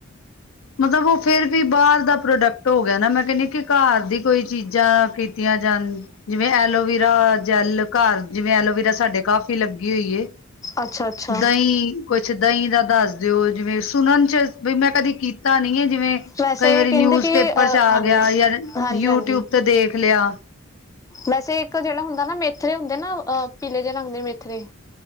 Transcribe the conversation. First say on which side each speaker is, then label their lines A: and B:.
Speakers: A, on the left; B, on the left.
A: ਮਤਲਬ ਉਹ ਫੇਿਰ ਵੀ ਬਾਹਰ ਦਾ ਪ੍ਰੋਡਕਟ ਹੋ ਗਿਆ ਨਾ ਮੈਂ ਕਹਿੰਨੀ ਕਿ ਘਰ ਦੀ ਕੋਈ ਚੀਜ਼ਾਂ ਕੀਤੀਆਂ ਜਾਣ ਜਿਵੇਂ ਐਲੋਵਰਾ ਜੈਲ ਘਰ ਜਿਵੇਂ ਐਲੋਵਰਾ ਸਾਡੇ ਕਾਫੀ ਲੱਗੀ ਹੋਈਏ
B: ਅੱਛਾ ਅੱਛਾ
A: ਦਹੀਂ ਕੁਛ ਕਹੀਂ ਦਾ ਦੱਸ ਦਿਓ ਜਿਵੇਂ ਸੁਣਨ ਚ ਬਈ ਮੈਂ ਕਦੀ ਤਾਂ ਨੀ ਹੈ ਜਿਵੇਂ
B: ਵੈਸੇ
A: ਕਈ ਵਾਰੀ
B: ਕਹਿੰਦੇ
A: ਨਿਊਜ
B: ਕਿ
A: ਪੇਪਰ
B: ਅ
A: ਚ ਆ
B: ਹਾਂਜੀ
A: ਗਿਆ ਯ
B: ਹਾਂਜੀ
A: ਯੂਟਿਊਬ
B: ਹਾਂਜੀ
A: ਤੇ ਦੇਖ ਲਿਆ
B: ਵੈਸੇ ਇੱਕ ਜਿਹੜਾ ਹੁੰਦਾ ਨਾ ਮੇਥਰੇ ਹੁੰਦੇ ਨਾ ਪੀਲੇ ਜਿਹੇ ਰੰਗ ਦੇ ਮੇਥਰੇ